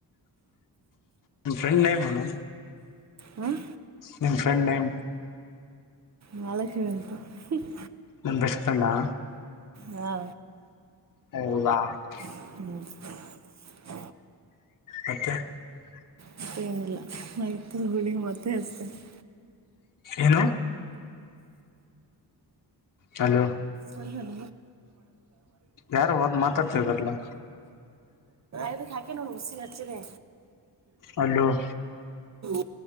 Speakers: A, on the left; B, on the right.
A: ನಿಮ್ಮ ಫ್ರೆಂಡ ನೇಮ್ ಏನು? <inaudible>
B: ಹಾಂ
A: ನಿಮ್ಮ ಫ್ರೆಂಡ ನೇಮ್?
B: ಮಹಾಲಕ್ಷ್ಮಿ ಅಂತ. <inaudible>
A: ಏನ್ ಬೆಸ್ಟ್ ಫ್ರೆಂಡಾ?
B: ಹಾ
A: ಹೌದಾ? <inaudible>
B: ಹೂ <inaudible>
A: ಮತ್ತೆ? <inaudible>
B: ಮತ್ತೇ ಏನ್ ಇಲ್ಲಾ ಆಯ್ತು ಬಿಡಿ ಮತ್ತೆ ಹಚ್ತೀನಿ. <inaudible>
A: ಏನು ಹಲೋ? <inaudible>
B: <inaudible> <unintelligible> ನಾ
A: ಯಾರು ಮಾತಾಡ್ತಾ ಇದಾರಲ್ಲ
B: ಇದಕ್ ಹಾಕಿನ ನೋಡು ಓಸಿಗೆ ಹಚ್ಚಿನೀ.
A: ಹಲೋ
B: <inaudible>